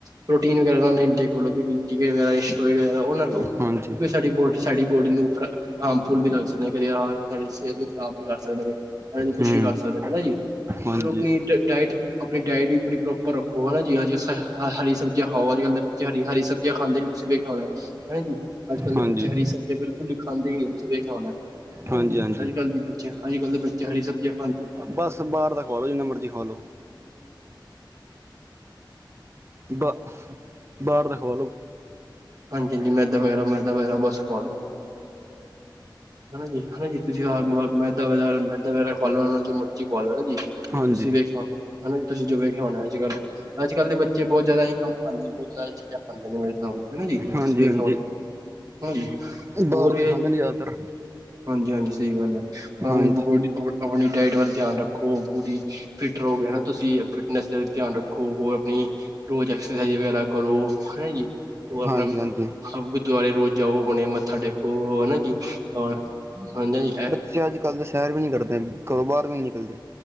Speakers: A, on the right; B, on the right.
A: ਪ੍ਰੋਟੀਨ ਵਗੈਰਾ ਨਾ ਇਨਟੇਕ ਕਰੋ ਕਦੀ। ਟਿਕੇ ਵਗੇਰਾ ਐਸਟ੍ਰਾਇਡ ਵਗੇਰਾ ਉਹ ਨਾ ਲਓ ਕਿਉਂਕਿ
B: ਹਾਂਜੀ
A: ਸਾਡੀ ਬੋਡੀ, ਸਾਡੀ ਬੋਡੀ ਨੂੰ ਖੁਰਾਕ ਹਾਰਮਫੁਲ ਵੀ ਲੱਗ ਸਕਦੇ ਨੇ ਕਈ ਅਰੀ ਆਹ ਸਾਡੀ ਸਿਹਤ ਨੂੰ ਖਰਾਬ ਵੀ ਕਰ ਸਕਦੇ ਨੇ, ਐਨੀ ਕੁਛ
B: ਹੂੰ
A: ਵੀ ਕਰ ਸਕਦੇ ਨੇ ਹਨਾ ਜੀ।
B: ਹਾਂਜੀ
A: ਚਲੋ ਆਪਣੀ ਡ ਡਾਇਟ ਆਪਣੀ ਡਾਇਟ ਵੀ ਪੂਰੀ ਪ੍ਰੋਪਰ ਰੱਖੋ ਹਨਾ ਜੀ ਹਾਂਜੀ ਹਰੀ ਹਰੀ ਸਬਜ਼ੀਆਂ ਖਾਓ ਅੱਜ ਕੱਲ ਦੇ ਬਚੇ ਹਰੀ ਹਰੀ ਸਬ ਜੀਆਂ ਖਾਂਦੇ ਨੀ ਤੁਸੀਂ ਵੇਖਿਆ ਹੋਣਾ। ਹੈਨਾ ਜੀ ਅੱਜ ਕੱਲ੍ਹ ਦੇ
B: ਹਾਂਜੀ
A: ਬੱਚੇ ਹਰੀ ਸਬਜ਼ੀਆਂ ਬਿਲਕੁਲ ਈ ਖਾਂਦੇ ਨਹੀ ਤੁਸੀਂ ਵੇਖਿਆ ਹੋਣਾ। ਹੈਂ
B: ਹਾਂਜੀ
A: ਜੀ,
B: ਹਾਂਜੀ
A: ਅੱਜ ਕੱਲ ਦੀ ਬੱਚੇ, ਅੱਜ ਕੱਲ੍ਹ ਦੇ ਬੱਚੇ ਹਰੀ ਸਬਜੀਆਂ
B: ਬਸ ਬਾਹਰ ਦਾ ਖਵਾ ਲੋ ਜਿੰਨਾ ਮਰਜ਼ੀ ਖਵਾਲੋ ਬ ਬਾਹਰ ਦਾ ਖਵਾ ਲਓ।
A: ਹਾਂਜੀ ਹਾਂਜੀ ਮੈਦਾ ਵਗੈਰਾ, ਮੈਦਾ ਵਗੈਰਾ ਬਸ ਖਵਾਲੋ। ਹਨਾ ਜੀ, ਹਨਾ ਜੀ ਤੁਸੀਂ ਰਾਤ ਨੂੰ ਮੈਦਾ ਵਗੈਰਾ, ਮੈਦਾ ਵਗੈਰਾ ਖ਼ਵਾਲੋ ਓਹਨਾ ਨੂੰ ਜੋ ਮਰਜੀ ਖ਼ਵਾਲੋ ਹੈਨਾ ਜੀ, ਤੁਸੀਂ
B: ਹਾਂਜੀ
A: ਵੇਖਿਆ ਹੋ ਹਨਾ ਜੀ ਤੁਸੀਂ ਜੋ ਵੇਖਿਆ ਹੋਣਾ ਅੱਜ ਕੱਲ੍ਹ ਅੱਜ ਕੱਲ ਦੇ ਬੱਚੇ ਬਹੁਤ ਜਿਆਦਾ ਇਹ ਕੰਮ ਕਰਦੇ। ਬਹੁਤ ਜਿਆਦਾ ਇਹੀ ਚੀਜਾਂ ਖਾਂਦੇ ਨੇਂ ਮੇਰੇ ਹਿਸਾਬ ਨਾ ਹਨਾ ਜੀ!
B: ਹਾਂਜੀ
A: ਤੁਸੀ ਵੇਖਿਆ
B: ਹਾਂਜੀ
A: ਹੋਨਾ। ਹਣਾ ਜੀ, ਹੋਰ
B: ਬਾਹਰ
A: ਏ
B: ਦੇ ਖਾਂਦੇ ਨੇ ਜ਼ਿਆਦਾਤਰ
A: ਹਾਂਜੀ-ਹਾਂਜੀ ਸਹੀ ਗੱਲ ਏ। ਆਪ
B: ਹਾਂਜੀ
A: <unintelligible> ਜੀ ਆਪ ਆਪਨੀ ਡਾਇਟ ਵੱਲ ਧਿਆਨ ਰੱਖੋ। ਪੂਰੀ ਫਿਟ ਰਹੋਗੇ ਤੁਸੀ ਫਿਟਨੈਸ ਤੇ ਵੀ ਧਿਆਨ ਰੱਖੋ। ਹੋਰ ਆਪਨੀ ਰੋਜ ਐਕਸਰਸਾਈਜ਼ ਵਗੈਰਾ ਕਰੋ। ਹਨਾ ਜੀ ਹੋਰ ਆਪਣਾ,
B: ਹਾਂਜੀ ਹਾਂਜੀ
A: ਆਪ ਗੁਰਦੁਆਰੇ ਰੋਜ ਜਾਓ ਆਪਣੇ ਮੱਥਾ ਟੇਕ ਓ, ਹਨਾ ਜੀ! ਔਰ ਹਨਾ ਜੀ ਇਹ
B: ਚੇ ਅੱਜਕੱਲ ਦੇ ਸੈਰ ਵੀ ਨਹੀਂ ਕਰਦੇ। ਘਰੋਂ ਬਾਹਰ ਵੀ ਨੀ ਨਿਕਲਦੇ।